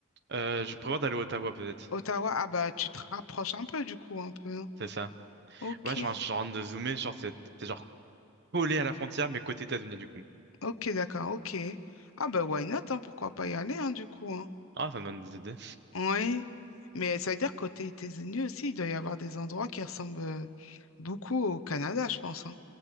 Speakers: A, on the right; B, on the left.
A: Euh, je prévois d'aller à Ottawa, peut-être.
B: Ottawa, ah bah tu te rapproches un peu du coup, un peu, non?
A: C'est ça.
B: Ok,
A: Ouais, genre, je suis en train de zoomer. Genre, c'est c'est genre collé à la frontière, mais côté États-Unis, du coup.
B: ok, d'accord, ok. Ah bah why not, hein, pourquoi pas y aller, hein, du coup, hein.
A: Ah, ça me donne des idées.
B: Oui, mais ça veut dire côté États-Unis aussi, il doit y avoir des endroits qui ressemblent euh, beaucoup au Canada, je pense, hein,